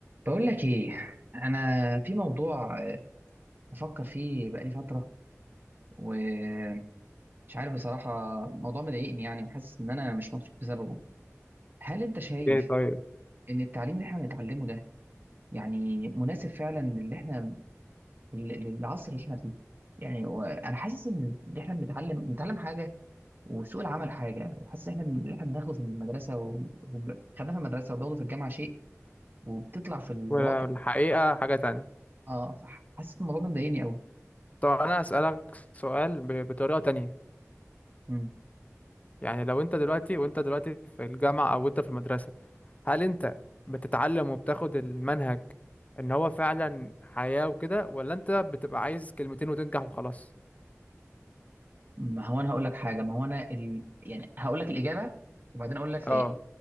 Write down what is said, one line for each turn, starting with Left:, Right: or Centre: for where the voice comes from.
Right: بقول لك ايه انا في موضوع بفكر فيه بقالي فتره ومش عارف بصراحه موضوع مضايقني يعني وحاسس ان انا مش مبسوط بسببه هل انت شايف
Left: ايه طيب
Right: ان التعليم اللي احنا بنتعلمه ده يعني مناسب فعلا للي احنا لل- للعصر اللي احنا فيه يعني هو انا حاسس ان اللي احنا بنتعلم بنتعلم حاجه وسوق العمل حاجه وحاسس ان احنا اللي احنا بناخده في المدرسه و- وخدناه في المدرسه وبناخده في الجامعه شيء وبتطلع في الواقع
Left: والحقيقة حاجة تانية
Right: اه فحاسس إن الموضوع ده مضايقني
Left: طب انا هسألك سؤال ب- بطريقة تانية
Right: قوي
Left: يعني لو انت دلوقتي وانت دلوقتي في الجامعة او انت في المدرسة هل انت بتتعلم وبتاخد المنهج ان هو فعلا حياة وكده ولا انت بتبقى عايز كلمتين وتنجح وخلاص
Right: ما هو انا هقول لك حاجه ما هو انا ال... يعني هقول لك الاجابه وبعدين اقول لك
Left: اه
Right: ليه